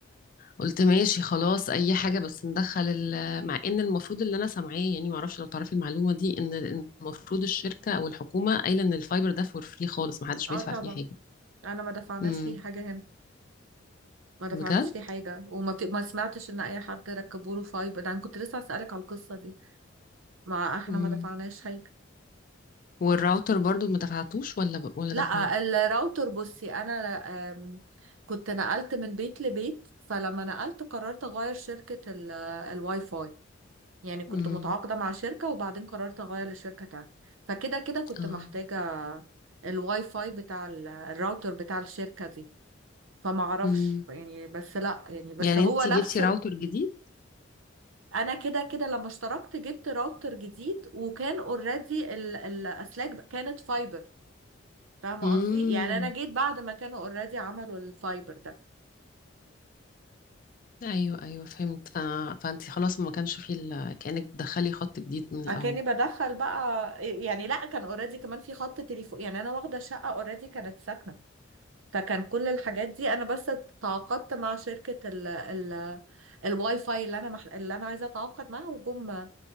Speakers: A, on the left; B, on the right.
A: قلت ماشي خلاص اي حاجة بس ندخل ال- مع ان المفروض اللي انا سامعاه يعني معرفش لو تعرفي المعلومة دي ان المفروض الشركة او الحكومة قايلة ان الفايبر ده فور فري خالص محدش بيدفع
B: اه طبعا
A: فيه حاجة
B: انا ما دفعناش
A: امم
B: فيه حاجه هنا ما دفعناش
A: بجد
B: فيه حاجه وما ت... ما سمعتش ان اي حد ركبوا له فايبر ده انا كنت لسه اسالك على القصه دي ما احنا
A: امم
B: ما دفعناش حاجه
A: والراوتر برضو ما دفعتوش ولا ب... ولا
B: لا
A: دفعته
B: الراوتر بصي انا آم، كنت نقلت من بيت لبيت فلما نقلت قررت اغير شركة ال- الواي فاي يعني كنت
A: امم
B: متعاقدة مع شركة وبعدين قررت اغير لشركة تانية فكده كده كنت
A: اه
B: محتاجة الواي فاي بتاع ال- الراوتر بتاع الشركة دي فما اعرفش
A: امم
B: يعني بس لا يعني بس
A: يعني
B: هو
A: انتي
B: نفس
A: جبتي
B: ال...
A: راوتر جديد
B: انا كده كده لما اشتركت جبت راوتر جديد وكان اوريدي الاسلاك كانت فايبر فاهمة
A: امم
B: قصدي يعني انا جيت بعد ما كانوا اوريدي عملوا الفايبر ده
A: ايوه ايوه فهمت ف... فانتي خلاص ما كانش فيه ال... كأنك بتدخلي خط جديد من الاول
B: اكاني بدخل بقى يعني لا كان اوريدي كمان في خط تليفون يعني انا واخدة شقة اوريدي كانت ساكنة فكان كل الحاجات دي انا بس تعاقدت مع شركة ال ال الواي فاي اللي انا مح... اللي انا عايزة اتعاقد معاها وجم